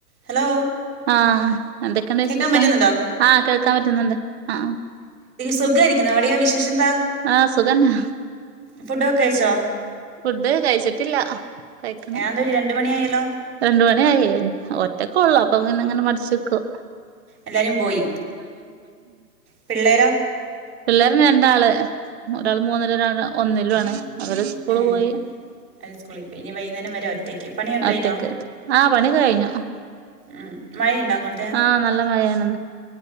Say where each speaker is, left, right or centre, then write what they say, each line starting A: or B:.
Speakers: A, on the right; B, on the right.
A: Hello
B: ആ എന്തൊക്കെയണ്ട്
A: കേക്കാൻ
B: വിശേഷം
A: പറ്റുന്നുണ്ടോ
B: ആ കേൾക്കാൻ പറ്റുന്നുണ്ട് ആ
A: സുഖായിരിക്കുന്ന അവിടെയോ വിശേഷന്താ
B: ആ സുഖന്നെ
A: ഫുഡ് ഒക്കെ കഴിച്ചോ
B: ഫുഡ് കഴിച്ചിട്ടില്ല കഴിക്കണം
A: ഞാൻ ഒരു രണ്ട് മണിയായല്ലോ
B: രണ്ട് മണിയായേ ഒറ്റക്ക് ഒള്ളോ അപ്പൊ ഇങ്ങന ഇങ്ങനെ മടച്ച്ക്കും
A: എല്ലാരും പോയി പിള്ളേരോ
B: പിള്ളേരന്ന് രണ്ടാള് ഒരാൾ മൂന്നില് ഒരാൾ ഒന്നിലും ആണ് അവര് പോയി
A: ഏ അവര് സ്കൂളിൽ പോയി ഇനി വൈകുന്നേരം വരെ ഒറ്റയ്ക്ക് പണിയൊക്കെ കഴിഞ്ഞോ
B: ഒറ്റക്ക് ആ പണി കഴിഞ്ഞു ഞ്ഞു
A: ഉം മഴയുണ്ടോ അങ്ങോട്ട്
B: ആ നല്ല മഴയാണ്